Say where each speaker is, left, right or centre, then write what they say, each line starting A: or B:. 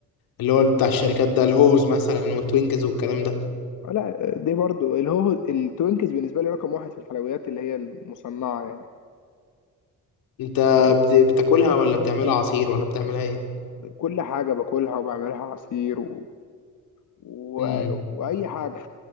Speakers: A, on the left (about 80°); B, on the left (about 60°).
A: اللي هو بتاع الشركات ده الهوز مثلا والتوينكز والكلام ده
B: آه، لا دي برضو اللي هو التوينكس بالنسبه لي رقم واحد في الحلويات اللي هي المصنعه يعني
A: انت
B: لا،
A: بت- بتاكلها ولا بتعملها عصير ولا بتعملها ايه
B: كل حاجه باكلها وبعملها عصير و... و...
A: امم
B: واي حاجه